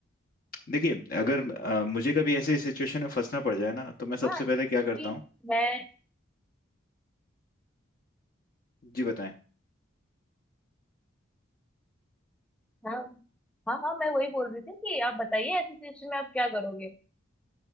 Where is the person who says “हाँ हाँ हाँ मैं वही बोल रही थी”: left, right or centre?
Centre